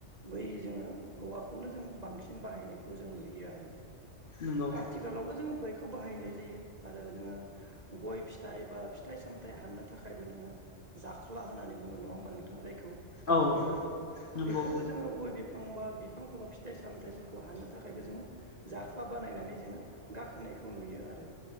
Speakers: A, on the right; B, on the left.
A: मै जोङो औवाखौनो जों बांसिन बाहायनायखौ जों नुयो आरो
B: नंगौ
A: आथिखालावबो जोङो बैखौ बाहायनाय जायो आरो नोङो गय फिथाइ बा फिथाइ सामथाइ हाननो थाखायबो नोङो जाख्ला होननानै बुङो नङा होमबा नोंथाङा जायखौ गाखोग्रा
B: औ नंगौ
A: बेखौबो जोङो गय बि फां बा बिफांफोराव फिथाइ सामथायाइफोरखौ हानो थाखायबो जोङो जाख्ला बानायनानै जोङो गाखोनायखौ नुयो आरो